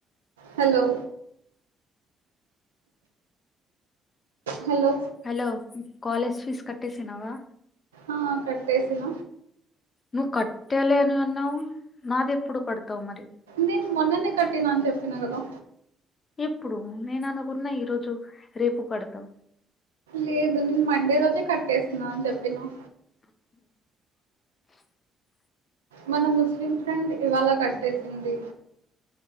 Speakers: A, on the right (about 80°); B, on the left (about 40°).
A: hello hello
B: hello college fees కట్టేసినవా
A: ఆ కట్టేసిన
B: నువ్వు కట్టేలేని అన్నావు నాది ఎప్పుడు కడతావు మరి
A: నేను మొన్ననే కట్టినా అని చెప్పిన కదా
B: ఎప్పుడు నేను అనుకున్న ఈరోజు రేపు కడతాం
A: లేదు నేను మండే రోజే కట్టేస్తున్నా అని చెప్పిన
B: <unintelligible>
A: మన ముస్లిం ఫ్రెండ్ ఇవాళ కట్టేసింది